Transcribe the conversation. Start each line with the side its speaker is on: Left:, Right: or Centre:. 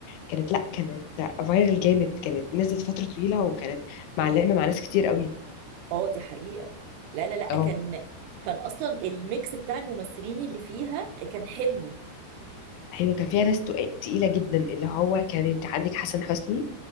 Left: كانت لا كانت فايرال جامد كانت نزلت فترة طويلة وكانت معلمة مع ناس كتير قوي
Right: اه دي حقيقة لا لا لا
Left: اه
Right: كان كان اصلا الميكس بتاع الممثلين اللي فيها كان حلو
Left: ايوه كان فيها ناس تق- تقيلة جدا اللي هو كان انت عندك حسن حسني